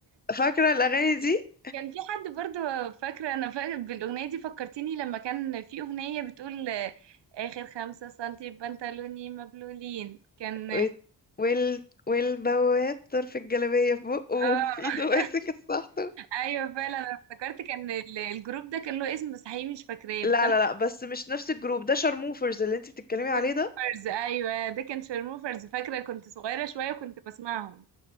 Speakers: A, on the left; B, on the right.
A: فاكرة الاغاني دي
B: <laughs> كان في حد برضو فاكرة انا فاكرة بالاغنية دي فكرتيني لما كان في اغنية بتقول آه، اخر خمسة سنتي بنطلوني مبلولين كان
A: ويت- وال والبواب طرف الجلابية في بقه
B: اه
A: وفي ايده
B: <laughs>
A: ماسك السحطة
B: ايوه فعلا انا افتكرت كان ال- الجروب ده كان له اسم بس حقيقي مش فاكراه
A: لا
B: بس انا
A: لا لا بس مش نفس الجروب ده شارموفرز اللي انت بتتكلمي عليه
B: شيرموفرز
A: ده
B: ايوه ده كان شيرموفرز فاكره كنت صغيره شويه وكنت بسمعهم